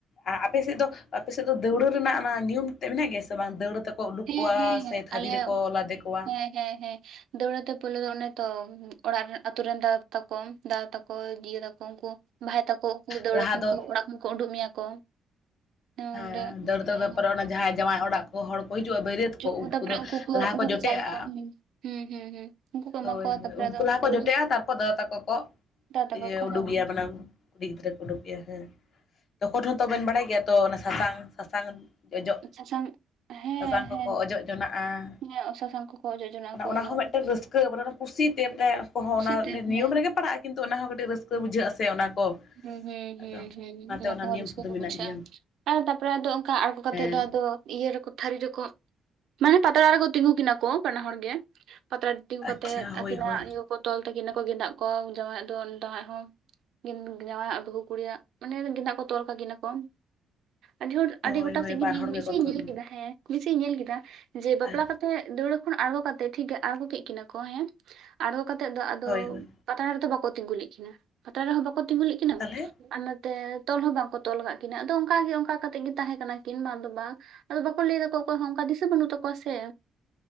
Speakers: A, on the left; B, on the right.
A: ᱟᱨ ᱟᱯᱮ ᱥᱮᱫ ᱫᱚ ᱟᱯᱮ ᱥᱮᱫ ᱫᱚ ᱫᱟᱹᱣᱲᱟᱹ ᱨᱮᱱᱟᱜ ᱚᱱᱟ ᱱᱤᱭᱚᱢ ᱛᱮ ᱢᱮᱱᱟᱜ ᱜᱮᱭᱟ ᱥᱮ ᱵᱟᱝ ᱫᱟᱹᱣᱲᱟᱹ ᱛᱮᱯᱮ ᱠᱚ ᱩᱰᱩᱠ
B: ᱦᱮᱸ
A: ᱠᱚᱣᱟ
B: ᱦᱮᱸ
A: ᱥᱮ ᱛᱷᱟᱹᱨᱤ
B: ᱟᱞᱮ
A: ᱨᱮᱠᱚ ᱞᱟᱫᱮ ᱠᱚᱣᱟ?
B: ᱦᱮᱸ ᱦᱮᱸ ᱦᱮᱸ ᱫᱟᱹᱣᱲᱟᱹ ᱛᱮ ᱯᱩᱭᱞᱩ ᱫᱚ ᱚᱱᱮ ᱛᱚ ᱚᱲᱟᱜ ᱟᱛᱩ ᱨᱮᱱ ᱫᱟᱫᱟ ᱛᱟᱠᱚ ᱫᱟᱫᱟ ᱛᱟᱠ ᱦᱚᱭ ᱡᱤᱭᱟᱹ ᱛᱟᱠᱚ ᱩᱱᱠᱩ ᱵᱷᱟᱦᱟᱭ ᱛᱟᱠᱚ ᱩᱱᱠᱩ ᱫᱟᱹᱣᱲᱟᱹ
A: ᱞᱟᱦᱟ
B: ᱠᱷᱚᱱ
A: ᱫᱚ
B: ᱠᱚ ᱚᱲᱟᱜ ᱠᱷᱚᱱ ᱠᱚ ᱩᱰᱩᱠ ᱢᱮᱭᱟ ᱠᱚ ᱚᱸᱰᱮ
A: ᱦᱮᱸ ᱫᱟᱹᱲ
B: ᱦᱮᱸ
A: ᱫᱟᱹᱲ ᱛᱟᱨ ᱯᱚᱨᱮ ᱚᱱᱟ ᱡᱟᱦᱟᱸᱭ ᱡᱟᱶᱟᱭ ᱚᱲᱟᱜ ᱠᱚ ᱦᱚᱲ ᱠᱚ ᱚᱭ ᱦᱤᱡᱩᱜᱼᱟ ᱵᱟᱹᱨᱤᱭᱟᱹᱛ
B: ᱚᱪᱚᱜ
A: ᱠᱚ ᱩᱱᱠᱩ
B: ᱛᱟᱯᱚᱨᱮ
A: ᱫᱚ ᱞᱟᱦᱟ
B: ᱩᱱᱠᱩ
A: ᱠᱚ ᱡᱚᱴᱮᱜᱼᱟ
B: ᱪᱟᱞ ᱟᱠᱚ ᱦᱮᱸ ᱦᱩᱸ ᱦᱩᱸ ᱦᱩᱸ ᱩᱱᱠᱩ ᱠᱚ ᱮᱢᱟ
A: ᱦᱚᱭ
B: ᱠᱚᱣᱟ
A: ᱦᱚᱭ
B: ᱛᱟᱯᱚᱨᱮ
A: ᱩᱱᱠᱩ
B: ᱟᱫᱚ ᱚᱱᱠᱟ
A: ᱞᱟᱦᱟ ᱠᱚ
B: ᱫᱟᱹᱣᱲᱟᱹ
A: ᱡᱚᱴᱮᱜᱼᱟ ᱛᱟᱨᱯᱚᱨᱮ ᱫᱟᱫᱟ ᱛᱟᱠᱚ ᱠᱚ
B: ᱦᱟᱛᱟᱣ ᱛᱟᱠᱚ
A: ᱤᱭᱟᱹ
B: ᱟᱠᱚ
A: ᱩᱰᱩᱠᱮᱭᱟ
B: ᱦᱮᱸ
A: ᱢᱟᱱᱟᱝ ᱠᱩᱲᱤ ᱜᱤᱫᱽᱨᱟᱹ ᱠᱚ ᱩᱰᱩᱠᱮᱭᱟ ᱦᱮᱸ ᱛᱚᱠᱷᱚᱱ ᱦᱚᱸ ᱛᱚ ᱚᱵᱮᱱ ᱵᱟᱰᱟᱭ ᱜᱮᱭᱟ ᱛᱚ ᱚᱱᱟ ᱥᱟ ᱥᱟᱝ ᱥᱟ ᱥᱟᱝ ᱚᱡᱚᱜ-
B: ᱥᱟᱥᱟᱝ ᱦᱮᱸ
A: ᱥᱟᱥᱟᱝ ᱠᱚᱠᱚ
B: ᱦᱮᱸ
A: ᱚᱡᱚᱜ ᱡᱚᱱᱟᱜᱼᱟ
B: ᱦᱮᱸ ᱥᱟᱥᱟᱝ ᱠᱚᱠᱚ ᱚᱡᱚᱜ ᱡᱚᱱᱟᱜ
A: ᱚᱱᱟ
B: ᱟᱠᱚ
A: ᱚᱱᱟ ᱦᱚᱸ
B: ᱦᱩᱸ
A: ᱢᱤᱫᱴᱮᱱ ᱨᱟᱹᱥᱠᱟᱹ ᱢᱟᱱᱮ ᱠᱩᱥᱤᱛᱮ ᱩᱱ ᱦᱚᱸ
B: ᱠᱩᱥᱤᱛᱮ
A: ᱚᱱᱟ ᱱᱤᱭᱚᱢ
B: ᱦᱮᱸ
A: ᱨᱮᱜᱮ ᱯᱟᱲᱟᱜᱼᱟᱭ ᱠᱤᱱᱛᱩ ᱚᱱᱟ ᱦᱚᱸ ᱠᱟᱹᱴᱤᱡ ᱨᱟᱹᱥᱠᱟᱹ ᱵᱩᱡᱷᱟᱹᱜᱼᱟ ᱥᱮ ᱚᱱᱟ ᱠᱚ
B: ᱦᱩᱸ ᱦᱩᱸ
A: ᱟᱫᱚ
B: ᱦᱩᱸ ᱦᱩᱸ
A: ᱚᱱᱟᱛᱮ
B: ᱚᱱᱟᱠᱚᱷᱚ
A: ᱚᱱᱟ ᱱᱤᱭᱚᱢ
B: ᱨᱟᱹᱥᱠᱟᱹ
A: ᱠᱚᱫᱚ ᱢᱮᱱᱟᱜ
B: ᱵᱩᱡᱷᱟ
A: ᱜᱮᱭᱟ
B: ᱟᱨ ᱛᱟᱯᱚᱨᱟ ᱫᱚ ᱚᱱᱠᱟ ᱟᱬᱜᱚ ᱠᱟᱛᱮᱜ
A: ᱦᱮᱸ
B: ᱫᱚ ᱟᱫᱚ ᱤᱭᱟᱹ ᱨᱮ ᱠᱩ ᱛᱷᱟᱹᱨᱤ ᱨᱮᱠᱚ -ᱢᱟᱱᱮ ᱯᱟᱛᱲᱟ ᱨᱮᱠᱚ ᱛᱤᱸᱜᱩ ᱠᱤᱱᱟᱹ ᱠᱚ ᱵᱟᱱᱟ ᱦᱚᱲ ᱜᱮ ᱯᱟᱛᱲᱟ ᱛᱤᱜᱩ
A: ᱟᱪᱪᱷᱟ
B: ᱠᱟᱛᱮᱫ
A: ᱦᱳᱭ
B: ᱟᱹᱠᱤᱱᱟᱜ
A: ᱦᱳᱭ
B: ᱤᱭᱟᱹ ᱠᱚ ᱛᱚᱞ ᱛᱟᱹᱠᱤᱱᱟ ᱠᱚ ᱜᱮᱸᱫᱟᱜ ᱠᱚ ᱡᱟᱶᱟᱭᱟ ᱫᱚ ᱫᱟᱶᱟᱭᱟᱜ ᱦᱚᱸ ᱩᱱᱠᱤᱱ ᱡᱟᱶᱟᱭᱟᱜ ᱵᱟᱹᱦᱩ ᱠᱩᱲᱤᱭᱟᱜ ᱢᱟᱱᱮ ᱜᱮᱫᱟᱜ ᱠᱚ ᱛᱚᱞ ᱠᱟᱠᱤᱱᱟ ᱠᱚ ᱟᱹᱰᱤ ᱦᱚᱲ
A: ᱦᱳᱭ
B: ᱟᱹᱰᱤ ᱜᱚᱴᱟ
A: ᱦᱳᱭ
B: ᱥᱮᱫ ᱜᱤ
A: ᱵᱟᱨ ᱦᱚᱲ
B: ᱢᱤᱫ
A: ᱜᱮᱠᱚ
B: ᱥᱮᱫ ᱤᱧ
A: ᱛᱩᱞ
B: ᱧᱮᱞ ᱠᱮᱫᱟ ᱦᱮᱸ ᱢᱤᱫᱥᱮᱜ ᱤᱧ ᱧᱮᱞ ᱠᱮᱫᱟ ᱡᱮ ᱵᱟᱯᱞᱟ
A: ᱟᱨ
B: ᱠᱟᱛᱮᱜ ᱫᱟᱹᱣᱲᱟᱹ ᱠᱷᱚᱱ ᱟᱬᱜᱚ ᱠᱟᱛᱮ ᱴᱷᱤᱠ ᱜᱮᱭᱟ ᱟᱬᱜᱚ ᱠᱮᱫ ᱠᱤᱱᱟᱹ ᱠᱚ ᱦᱮᱸ ᱟᱬᱜᱚ ᱠᱟᱛᱮᱫ ᱫᱚ ᱟᱫᱚ
A: ᱦᱳᱭ ᱦᱳᱭ
B: ᱯᱟᱛᱲᱟ ᱨᱮᱫᱚ ᱵᱟᱠᱚ ᱛᱤᱸᱜᱩ ᱞᱮᱫ ᱠᱤᱱᱟ ᱯᱟᱛᱲᱟ ᱨᱮᱦᱚᱸ ᱵᱟᱠᱚ ᱛᱤᱸᱜᱩ ᱞᱮᱫ ᱠᱤᱱᱟ
A: ᱛᱟᱦᱚᱞᱮ
B: ᱟᱨ ᱱᱚ ᱛᱮ ᱛᱚᱞ ᱦᱚᱸ ᱵᱟᱝᱠᱚ ᱛᱚᱞ ᱠᱟᱜ ᱠᱤᱱᱟ ᱟᱫᱚ ᱚᱱᱠᱟ ᱜᱮ ᱚᱱᱠᱟ ᱠᱟᱛᱮᱜ ᱜᱮ ᱛᱟᱦᱮᱸ ᱠᱟᱱᱟ ᱠᱤᱱ ᱵᱟᱝ ᱫᱚ ᱵᱟᱝ ᱟᱫᱚ ᱵᱟᱠᱚ ᱞᱟᱹᱭ ᱫᱟ ᱠᱚ ᱚᱠᱚᱭ ᱦᱚᱸ ᱚᱱᱠᱟ ᱫᱤᱥᱟᱹ ᱵᱟᱹᱱᱩᱜ ᱛᱟᱠᱩᱣᱟ ᱥᱮ